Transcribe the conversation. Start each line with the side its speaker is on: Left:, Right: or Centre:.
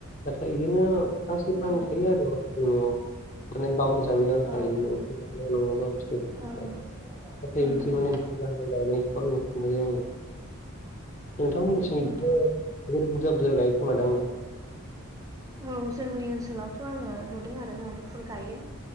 Left: नाथाय इदिनो फांसे फांनै
Right: औ
Left: थायो आरो माखासे न'आव ओंखारनाय गावनि जानो आन्था
Right: ओं
Left: इदिनो न'आवनो <unintelligible> नाथाय
Right: उम उम
Left: बिदि माने गायनायखौ नु नुयो आरो <unintelligible> नोंथांमोननिथिं
Right: उम
Left: इदिनो बहुथ बुरजा बुरजा गायो खोमादांं ना?
Right: औ जोंनि ओनसोलावथ' आङो नुदों आरो मुदुफुल गायो।